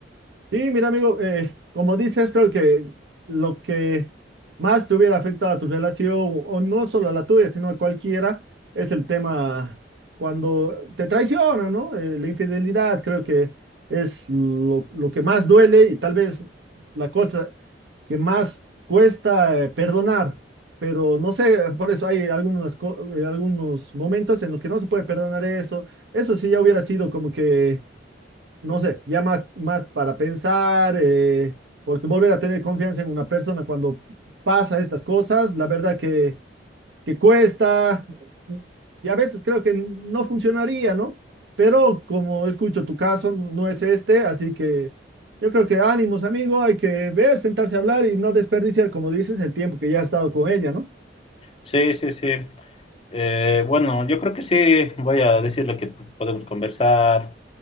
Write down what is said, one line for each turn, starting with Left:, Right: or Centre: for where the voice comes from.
Right: Sí, mira, amigo, eh, como dices, creo que lo que más te hubiera afectado a tu relación, o no solo a la tuya, sino a cualquiera, es el tema cuando te traicionan, ¿no? Eh, la infidelidad creo que es lo, lo que más duele y tal vez la cosa que más cuesta eh, perdonar, pero no sé, por eso hay algunos, algunos momentos en los que no se puede perdonar eso. Eso sí ya hubiera sido como que no sé, ya más, más para pensar, eh, porque volver a tener confianza en una persona cuando pasa estas cosas, la verdad que, que cuesta y a veces creo que no funcionaría, ¿no? Pero como escucho tu caso, no es este, así que yo creo que ánimos, amigo, hay que ver, sentarse a hablar y no desperdiciar, como dices, el tiempo que ya has estado con ella, ¿no?
Left: Sí, sí, sí. Eh, bueno, yo creo que sí, voy a decirle que podemos conversar,